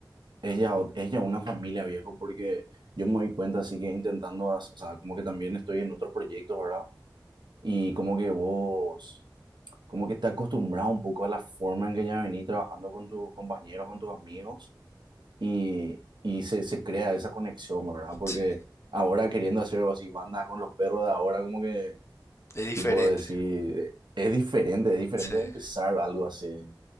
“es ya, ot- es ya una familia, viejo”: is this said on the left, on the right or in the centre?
Right